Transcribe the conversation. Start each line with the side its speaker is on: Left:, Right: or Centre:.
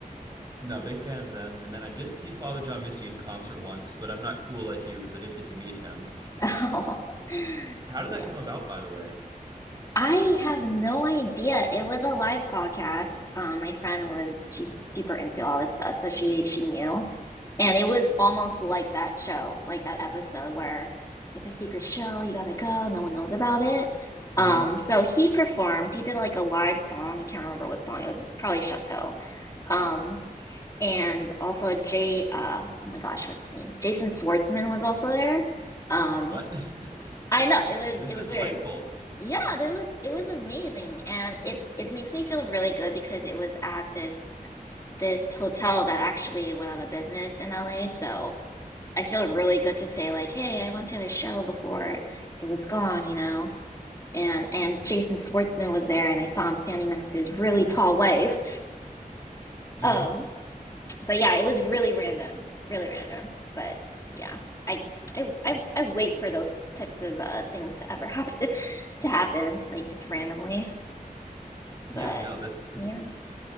Right: No, big fan of them. And then I did see Father John Misty in concert once, but I'm not cool like you because I didn't get to meet him.
Left: <laughs> Oh.
Right: How did
Left: Yeah.
Right: that come about, by the way?
Left: I have no idea. It was a live podcast. Um, my friend was she's super into all this stuff, so she she knew. And it was almost like that show, like that episode where it's a secret show, you gotta go, no one knows about it.
Right: Mm-hmm.
Left: Um, so he performed, he did like a live song, I can't remember what song it was, it's probably Chateau. Um, and also Jay, uh, oh my gosh, what's his name? Jason Schwartzman was also there. Um,
Right: What?
Left: I know,
Right: <laughs>
Left: it was,
Right: this
Left: it was
Right: is delightful.
Left: weird. Yeah, it was, it was amazing. And it, it makes me feel really good because it was at this, this hotel that actually went out of business in LA. So, I feel really good to say like, hey, I went to a show before it was gone, you know. And and Jason Schwartzman was there, and I saw him standing next to his really tall wife.
Right: Mm-hmm.
Left: Um, but yeah, it was really random, really random. But yeah, I I I, I wait for those types of uh, things to ever happen <laughs> to happen, like just randomly. But
Right: Yeah, no, that's
Left: yeah,